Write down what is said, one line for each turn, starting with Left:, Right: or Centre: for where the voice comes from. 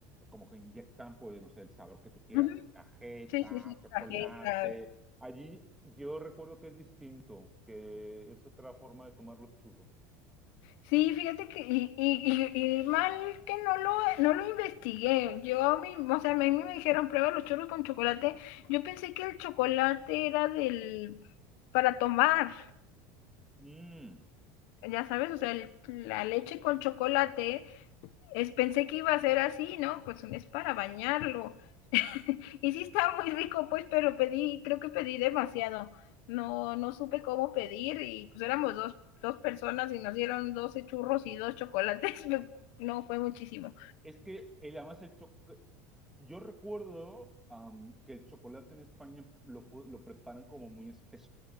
Centre: como que inyectan, pues, no sé, el sabor que tú quieras,
Left: Ujú.
Centre: ¿no? Cajeta,
Left: Sí, sí, sí,
Centre: chocolate.
Left: tarjeta.
Centre: Allí yo recuerdo que es distinto, que es otra forma de tomar los churros.
Left: Sí, fíjate que, y, y, y, y mal que no lo, no lo investigué. Yo, mi, o sea, a mí me dijeron, prueba los churros con chocolate. Yo pensé que el chocolate era del, para tomar,
Centre: Mm,
Left: ya sabes, o sea, el- la leche con chocolate, es, pensé que iba a ser así, ¿no? Pues es para bañarlo. Y sí está muy rico, pues, pero pedí, creo que pedí demasiado. No, no supe cómo pedir y pues éramos dos, dos personas y nos dieron 12 churros y dos chocolates. <laughs> No, fue muchísimo.
Centre: es que el, además el cho- yo recuerdo am, que el chocolate en España lo, pu- lo preparan como muy espeso.